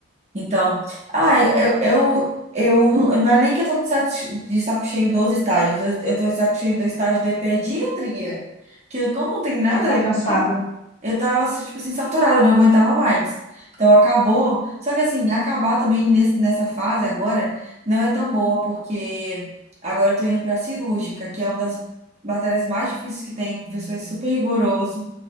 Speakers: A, on the right; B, on the left.
A: Então, ah, eu, eu, eu não não é nem que eu tô de saco de saco cheio dos estágios, eu, eu tô de saco cheio do estágio de pediatria, que como não tem nada
B: que tá
A: a ver
B: cansada.
A: comigo, eu tava, assim, tipo assim, saturada, eu não aguentava mais. Então acabou, só que assim, acabar também nesse, nessa fase agora não é tão boa, porque agora eu tô indo pra cirúrgica, que é uma das matérias mais difíceis que tem, professor é super rigoroso.